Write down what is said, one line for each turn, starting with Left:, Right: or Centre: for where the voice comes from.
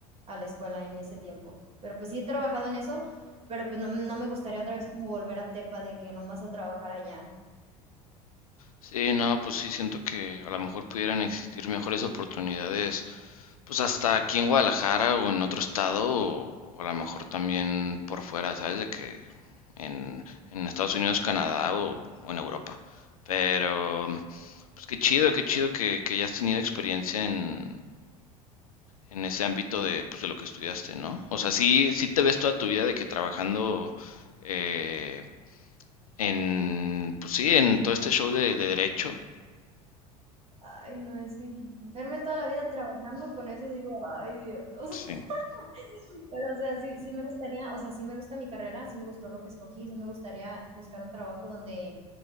Right: a la escuela en ese tiempo. Pero pues sí he trabajado en eso, pero pues no, no me gustaría otra vez como volver a Tepa de que nomás a trabajar allá.
Left: Sí, no, pues sí, siento que a lo mejor pudieran existir mejores oportunidades, pues hasta aquí en Guadalajara o en otro estado, o, o a lo mejor también por fuera, ¿sabes? De que en, en Estados Unidos, Canadá o, o en Europa. Pero, pues qué chido, qué chido que, que ya has tenido experiencia en, en ese ámbito de, pues, de lo que estudiaste, ¿no? O sea, sí, sí te ves toda tu vida de que trabajando eh, en, pues sí, en todo este show de, de derecho.
Right: Ay, no, es que verme toda la vida trabajando con eso, digo: "Ay, Dios". <laughs>
Left: Sí.
Right: Pero, o sea, sí sí me gustaría, o sea, sí me gusta mi carrera, sí me gustó lo que escogí, sí me gustaría buscar un trabajo donde